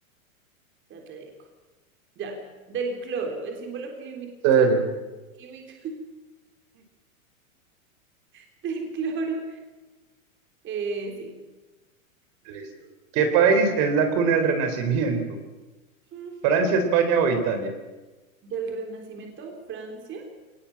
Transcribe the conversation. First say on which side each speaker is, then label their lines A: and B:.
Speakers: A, on the right (about 25°); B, on the right (about 45°).
A: Ya te digo. Ya. Del cloro. El símbolo climi-
B: Dale.
A: clí- químico <laughs> del cloro. eh, sí.
B: Listo. ¿Qué país es la cuna del Renacimiento?
A: Mm,
B: ¿Francia, España o Italia?
A: Del Renacimiento, Francia.